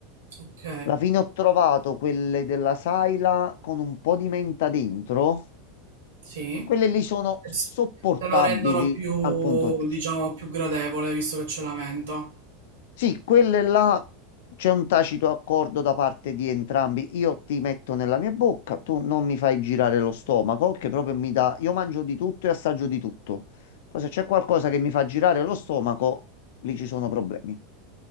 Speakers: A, on the right; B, on the left.
A: ok,
B: Alla fine ho trovato quelle della Saila con un po' di menta dentro,
A: sì.
B: quelle lì sono
A: Es-
B: sopportabili
A: Te lo rendono più,
B: al punto giusto.
A: diciamo, più gradevole, visto che c'è la menta.
B: Sì, quelle là c'è un tacito accordo da parte di entrambi. Io ti metto nella mia bocca, tu non mi fai girare lo stomaco, che proprio mi dà. Io mangio di tutto e assaggio di tutto. Poi se c'è qualcosa che mi fa girare lo stomaco, lì ci sono problemi.